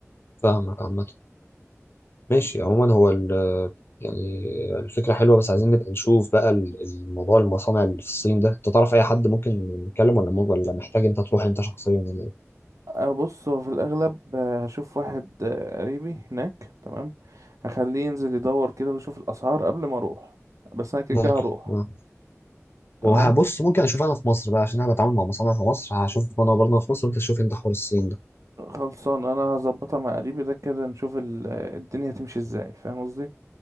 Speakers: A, on the left; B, on the right.
A: فاهمك عامه ماشي عموما هو ال- يعني الفكرة حلوة بس عايزين نبقى نشوف بقى ال- الموضوع المصانع اللي في الصين ده انت تعرف اي حد ممكن نتكلم ولا ممكن ولا محتاج انت تروح انت شخصيا ولا ايه
B: أه بص هو في الأغلب آه، هشوف واحد آه، قريبي هناك تمام هخليه ينزل يدور كده ويشوف الأسعار قبل ما أروح بس أنا كده
A: ممكن
B: كده هروح
A: آه.
B: تمام
A: وهبص ممكن اشوف انا في مصر بقى عشان انا بتعامل مع مصانع في مصر هشوف انا برضه في مصر وانت تشوف انت حوار الصين ده
B: خلصان أنا هظبطها مع قريبي ده كده نشوف ال- آه، الدنيا تمشي ازاي فاهم قصدي